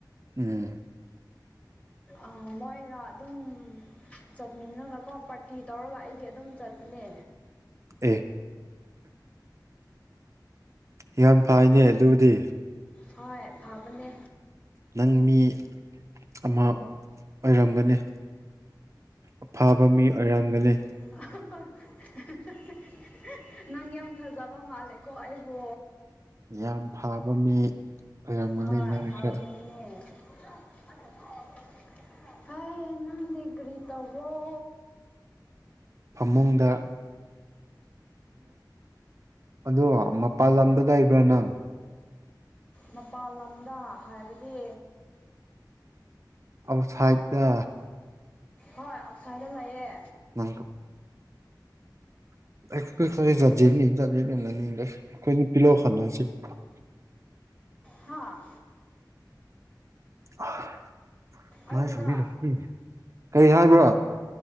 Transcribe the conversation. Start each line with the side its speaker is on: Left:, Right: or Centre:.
Right: ꯎꯝ
Left: ꯑꯥ ꯃꯣꯏꯒ ꯑꯗꯨꯝ ꯆꯠꯃꯤꯟꯅꯒ ꯀꯣ ꯄꯥꯔꯇꯤ ꯇꯧꯔꯒ ꯑꯩꯗꯤ ꯑꯗꯨꯝ ꯆꯠꯄꯅꯦ
Right: ꯑꯦ ꯌꯥꯝ ꯐꯥꯏꯅꯦ ꯑꯗꯨꯗꯤ
Left: ꯍꯣꯏ ꯐꯥꯕꯅꯦ
Right: ꯅꯪ ꯃꯤ ꯑꯃ ꯑꯣꯏꯔꯝꯒꯅꯤ ꯑꯐꯥꯕ ꯃꯤ ꯑꯣꯏꯔꯝꯒꯅꯤ
Left: <unintelligible> ꯅꯪ ꯌꯥꯝ ꯐꯖꯕ ꯃꯥꯜꯂꯦꯀꯣ ꯑꯩꯕꯨ
Right: ꯌꯥꯝ ꯐꯥꯕ ꯃꯤ ꯑꯣꯏꯔꯝꯒꯅꯤ
Left: ꯍꯣꯏ
Right: ꯅꯪꯁꯦ
Left: <unintelligible> ꯍꯩ ꯅꯪ ꯗꯤ ꯀ꯭ꯔꯤ ꯇꯧꯕ꯭ꯔꯣ
Right: ꯐꯃꯨꯡꯗ ꯑꯗꯣ ꯃꯄꯥꯟ ꯂꯝꯗ ꯂꯩꯕ꯭ꯔꯥ ꯅꯪ
Left: ꯃꯄꯥꯜ ꯂꯝꯗ ꯍꯥꯏꯕꯗꯤ
Right: ꯑꯣꯠꯁꯥꯏꯠꯇ
Left: ꯍꯣꯏ ꯑꯣꯠꯁꯥꯏꯠꯗ ꯂꯩꯌꯦ
Right: ꯅꯪ <unintelligible>
Left: ꯎꯝ ꯍꯥꯥ
Right: <unintelligible>
Left: ꯑꯩꯕꯨꯔꯣ
Right: ꯀꯔꯤ ꯍꯥꯏꯕ꯭ꯔꯣ